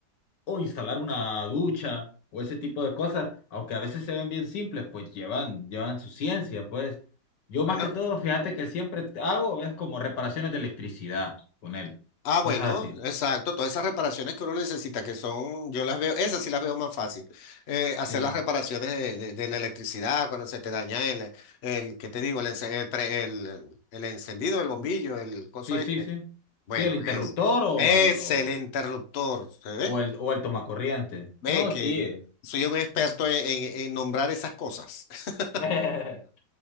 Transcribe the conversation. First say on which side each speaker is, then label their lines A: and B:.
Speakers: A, on the left (about 85°); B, on the left (about 50°).
A: o instalar una ducha o ese tipo de cosas, aunque a veces se ven bien simples, pues llevan, llevan su ciencia, pues. Yo
B: Bueno,
A: más que todo, fíjate que siempre hago es como reparaciones de electricidad con él,
B: Ah, bueno,
A: cosas así.
B: exacto. Todas esas reparaciones que uno necesita, que son, yo las veo, esas sí las veo más fácil. Eh, hacer
A: Sí,
B: las reparaciones de, de- de la electricidad cuando se te daña el, el ¿qué te digo? El, ence- el, pre- el, el encendido del bombillo, el coso
A: sí,
B: este.
A: sí, sí.
B: Bueno,
A: Sí, el interruptor
B: es,
A: o
B: es
A: el o,
B: el interruptor, ¿se ve?
A: o el o el tomacorriente.
B: Ve
A: No,
B: que
A: sí.
B: soy un experto en, en- en nombrar esas cosas. <laughs>
A: <laughs>